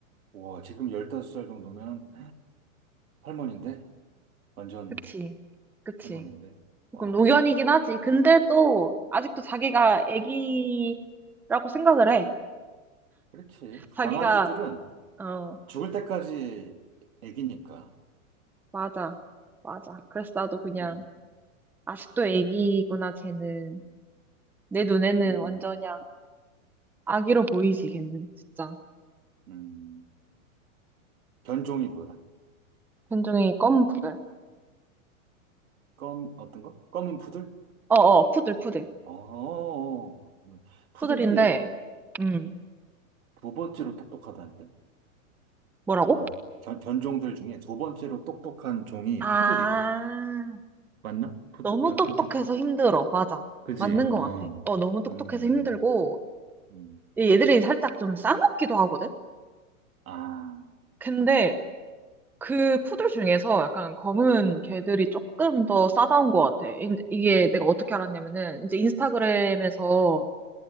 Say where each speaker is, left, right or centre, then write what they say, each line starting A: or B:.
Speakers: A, on the right; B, in the centre.
A: 와, 지금 15살 정도면 할머니인데? 완전
B: 그치. 그치.
A: 할머니인데? 와,
B: 조금 노견이긴 하지. 근데 또 아직도 자기가 애기라고 생각을 해.
A: 그렇지. 강아지들은
B: 자기가, 어,
A: 죽을 때까지 애기니까.
B: 맞아. 맞아. 그래서 나도 그냥
A: 음,
B: 아직도 애기구나, 쟤는. 내 눈에는
A: 음,
B: 완전 그냥 아기로 보이지, 걔는, 진짜.
A: 음. 견종이 뭐야?
B: 견종이 검 푸들.
A: 검, 어떤 거? 검은 푸들?
B: 어어, 푸들, 푸들.
A: 어, 푸들이
B: 푸들인데, 음,
A: 두 번째로 똑똑하다는데?
B: 뭐라고?
A: 강아지. 견, 견종들 중에 두 번째로 똑똑한 종이
B: 아,
A: 푸들이래. 맞나? 푸들,
B: 너무
A: 나
B: 똑똑해서
A: 그렇게,
B: 힘들어. 맞아.
A: 그지?
B: 맞는
A: 어,
B: 것 같아. 어, 너무 똑똑해서
A: 음,
B: 힘들고,
A: 음, 음.
B: 이 얘들이 살짝 좀 싸납기도 하거든?
A: 아,
B: 근데 그 푸들 중에서 약간 검은 개들이 조금 더 싸다운 것 같아. 이- 이게 내가 어떻게 알았냐면은, 이제 인스타그램에서